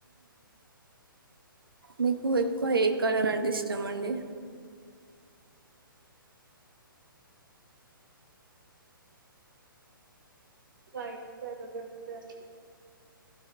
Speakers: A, on the right; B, on the right.
A: మీకు ఎక్కువ ఏ కలర్ అంటే ఇష్టము అండి,
B: వైట్ కలర్ అంటే అండి,